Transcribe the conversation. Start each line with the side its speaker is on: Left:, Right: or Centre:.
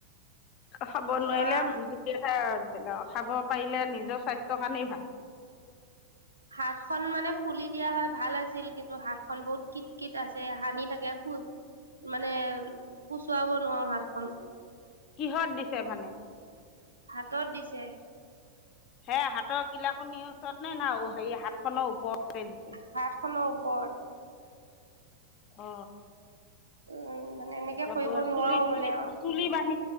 Left: খাব নোৱাৰিলে
Right: আহ
Left: <unintelligible> ধৰিলে অ, খাব পাৰিলে নিজৰ স্বাস্থ্যৰ কাৰণেই ভাল।
Right: হাতখন মানে খুলি দিয়া হয় ভাল আছিল কিন্তু হাতখন বহুত কিট কিত আছে হানি থাকে খু মানে পুচুৱাব নোৱাৰো হাতখন।
Left: কিহত দিছে মানে?
Right: হাতত দিছে।
Left: হে হাতৰ কিলা কনিৰ ওচৰত নে না হেৰি হাতখনৰ ওপৰতে দিছে?
Right: হাতখনৰ ওপৰত।
Left: অ।
Right: উম মানে এনেকে
Left: <unintelligible>
Right: কৰিব নোৱাৰো
Left: চুলি টুলি
Right: মানে আৰু
Left: চুলি বান্ধি